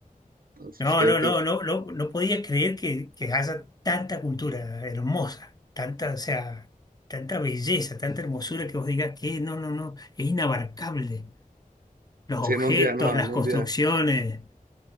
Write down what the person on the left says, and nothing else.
No,
no,
no,
no, no, no podía creer que, que haya tanta cultura hermosa, tanta, o sea, tanta belleza, tanta hermosura que vos digas que no, no, no, es inabarcable. Los
objetos,
las
construcciones.